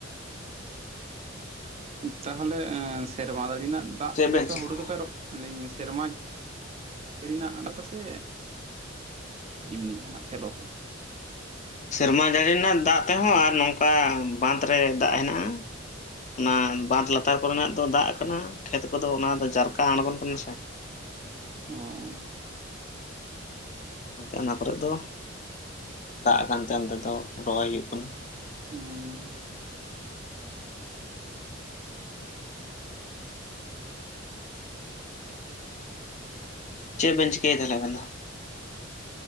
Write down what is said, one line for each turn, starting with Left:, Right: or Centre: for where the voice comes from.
Right: ᱛᱟᱦᱮᱞᱮ ᱥᱮᱨᱢᱟ ᱡᱟᱹᱲᱤ ᱨᱮᱱᱟᱜ ᱫᱟᱜ
Left: ᱪᱮᱫ
Right: ᱛᱮᱜᱮ
Left: ᱵᱮᱱ
Right: ᱯᱮ
Left: ᱪᱤᱠᱟᱹ
Right: ᱦᱩᱲᱩ ᱫᱚᱯᱮ ᱨᱚᱜᱧ ᱥᱮᱨᱢᱟ ᱢᱤᱱᱤ ᱨᱮᱱᱟᱜ ᱟᱮᱛ ᱥᱮ ᱮᱢᱱᱤ ᱡᱟᱦᱟᱱᱟᱜ ᱥᱮᱞᱚ ᱛᱮ
Left: ᱥᱮᱨᱢᱟ ᱡᱟᱹᱲᱤ ᱨᱮᱱᱟᱜ ᱫᱟᱜ ᱛᱮᱦᱚᱸ ᱟᱨ ᱱᱚᱝᱠᱟ ᱵᱟᱸᱫ ᱨᱮ ᱫᱟᱜ ᱦᱮᱱᱟᱜᱼᱟ ᱚᱱᱟ ᱵᱟᱸᱫᱽ ᱞᱟᱛᱟᱨ ᱠᱚᱨᱮᱱᱟᱜ ᱫᱚ ᱫᱟᱜ ᱠᱟᱱᱟ ᱠᱷᱮᱛ ᱠᱚᱫᱚ ᱚᱱᱟ ᱫᱚ ᱡᱟᱨᱠᱟ ᱟᱬᱜᱚᱱ ᱠᱟᱱᱟ
Right: ᱚᱸᱻ
Left: ᱚᱱᱟ ᱠᱚᱨᱮ ᱫᱚ ᱫᱟᱜ ᱟᱠᱟᱱᱛᱮ ᱚᱱᱛᱮ ᱫᱚ ᱨᱚᱦᱚᱭ ᱦᱩᱭᱩᱜ ᱠᱟᱱᱟ
Right: ᱦᱩᱸ
Left: ᱪᱮᱫ ᱵᱤᱱ ᱪᱤᱠᱟᱭᱟ ᱛᱟᱦᱮᱞᱮ ᱟᱹᱵᱤᱱ ᱫᱚ